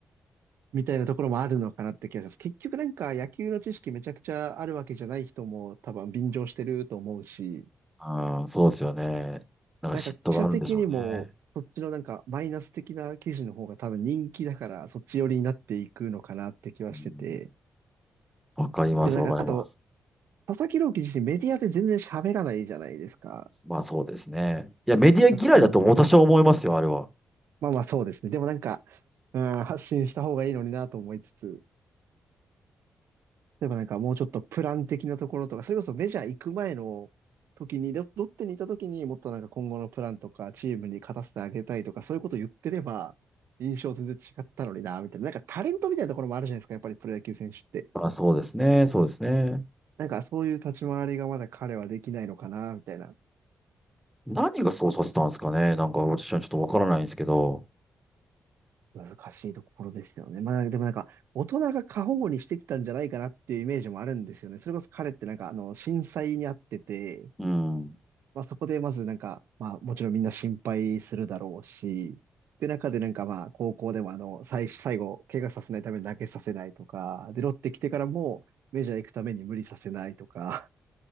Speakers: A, on the right; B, in the centre.
A: みたいなところもあるのかなって気がします。結局なんか野球の知識めちゃくちゃあるわけじゃない人も多分便乗してると思うし、
B: うん、うんそうですよね。なんか嫉妬があるんでしょうね。
A: なんか記者的にもそっちのなんかマイナス的な記事の方が多分人気だからそっち寄りになっていくのかなって気はしてて。
B: うんわかります、
A: でもなんか、
B: わかります。
A: あと、佐々木朗希自身メディアで全然喋らないじゃないですか。
B: まあそうですね。いや、メディア嫌いだと私は思いますよ、
A: その
B: あれは。
A: まあまあそうですね。でもなんか、うん、発信した方がいいのになと思いつつ。例えばなんかもうちょっとプラン的なところとか、それこそメジャー行く前の時に、ロロッテにいた時にもっとなんか今後のプランとか、チームに勝たせてあげたいとか、そういうこと言ってれば、印象全然違ったのにな、みたいな。なんかタレントみたいなところもあるじゃないですか、やっぱりプロ野球選手って。
B: まあそうですね、そうですね。
A: なんかそういう立ち回りがまだ彼はできないのかな、みたいな。
B: 何がそうさせたんですかね。なんか私はちょっとわからないんですけど。
A: 難しいところですよね。まあでもなんか、大人が過保護にしてきたんじゃないかなっていうイメージもあるんですよね。それこそ彼ってなんか、あの、震災にあってて、
B: うん。
A: まあそこでまずなんか、まあもちろんみんな心配するだろうし、で中でなんかまあ高校でもあの、最、最後、怪我させないために投げさせないとか、で、ロッテ来てからもメジャー行くために無理させないとか、